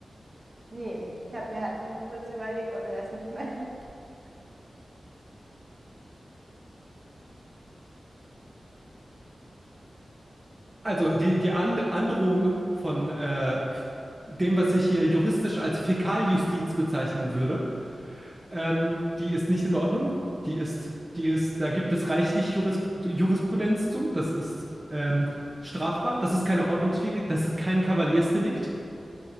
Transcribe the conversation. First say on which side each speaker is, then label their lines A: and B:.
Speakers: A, on the right; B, on the right.
A: Nee, ich habe mir halt nur kurz überlegt, ob er das nicht meint. <laughs>
B: Also die, die And Androhung von äh, dem, was ich hier juristisch als Fäkaljustiz bezeichnen würde, Ähm, die ist nicht in Ordnung. Die ist, die ist, da gibt es reichlich Juris, Jurisprudenz zu. Das ist ähm, strafbar. Das ist keine Ordnungswidrigkeit. Das ist kein Kavaliersdelikt.